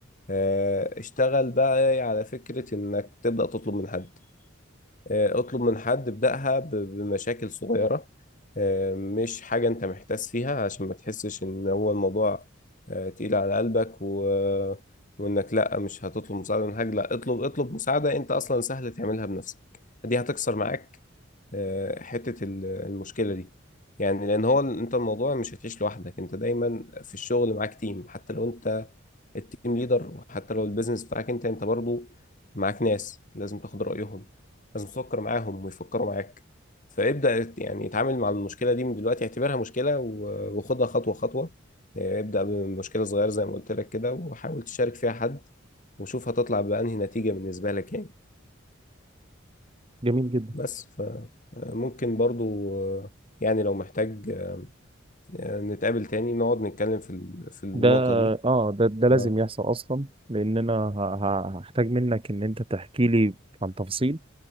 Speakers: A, on the left (about 40°); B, on the right (about 25°).
A: آه، اشتغل بقى على فكرة انك تبدأ تطلب من حد آه، اطلب من حد ابدأها ب- بمشاكل صغيرة آه، مش حاجة انت محتاس فيها عشان ما تحسش ان هو الموضوع آه، تقيل على قلبك و... وانك لا مش هتطلب مساعدة من حاجة لا اطلب اطلب مساعدة انت اصلا سهل تعملها بنفسك دي هتكسر معاك آه، حتة ال- المشكلة دي يعني لان هو انت الموضوع مش هتعيش لوحدك انت دايما في الشغل معاك تيم حتى لو انت التيم ليدر وحتى لو البيزنس بتاعك انت انت برضو معاك ناس لازم تاخد رأيهم لازم تفكر معاهم ويفكروا معاك فابدأ يعني اتعامل مع المشكلة دي من دلوقتي اعتبرها مشكلة و- وخدها خطوة خطوة اه، ابدأ بمشكلة صغيرة زي ما قلت لك كده وحاول تشارك فيها حد وشوف هتطلع بأنهي نتيجة بالنسبة لك يعني
B: جميل جدا
A: بس فممكن برضو اه، يعني لو محتاج اه، نتقابل تاني نقعد نتكلم في ال- في النقطة
B: ده
A: دي
B: اه ده ده لازم
A: اه
B: يحصل اصلا لان انا ه- ه- هحتاج منك ان انت تحكي لي عن تفاصيل